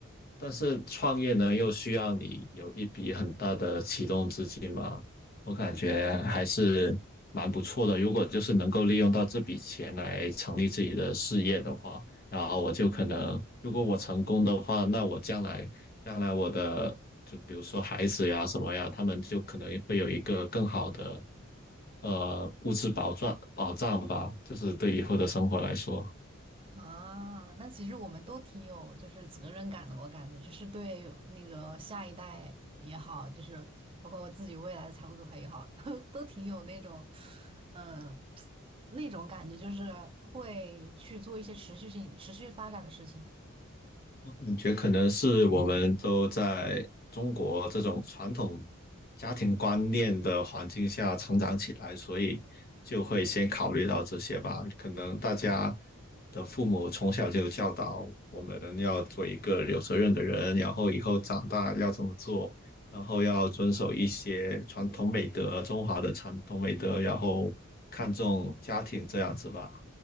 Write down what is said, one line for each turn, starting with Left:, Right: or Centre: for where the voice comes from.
Left: 但是创业呢，又需要你有一笔很大的启动资金嘛，我感觉还是蛮不错的。如果就是能够利用到这笔钱来成立自己的事业的话，然后我就可能，如果我成功的话，那我将来，将来我的，就比如说孩子呀什么呀，他们就可能会有一个更好的，呃，物质保障保障吧，就是对以后的生活来说。
Right: 啊，那其实我们都挺有就是责任感的，我感觉就是对那个下一代也好，就是包括我自己未来的财务规划也好，都都挺有那种，嗯，那种感觉，就是会去做一些持续性、持续发展的事情。
Left: 感觉可能是我们都在中国这种传统家庭观念的环境下成长起来，所以就会先考虑到这些吧。可能大家的父母从小就教导我们要做一个有责任的人，然后以后长大要怎么做，然后要遵守一些传统美德，中华的传统美德，然后看重家庭这样子吧。